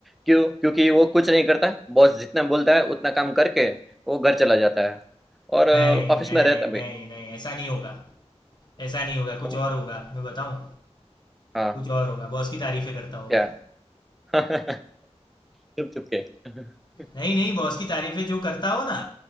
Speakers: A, in the centre; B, on the left.
A: क्यों क्योंकि वो कुछ नहीं करता बॉस जितना बोलता है उतना काम करके वो घर चला जाता है और
B: नहीं
A: ऑफिस
B: नहीं
A: में रहता भी
B: नहीं
A: नहीं
B: नहीं ऐसा नहीं होगा ऐसा नहीं होगा कुछ
A: तो
B: और होगा मैं बताऊं
A: हाँ
B: कुछ और होगा बॉस की तारीफें करता होगा
A: क्या <laughs> चुप चुप के <laughs>
B: नहीं नहीं बॉस की तारीफें जो करता हो ना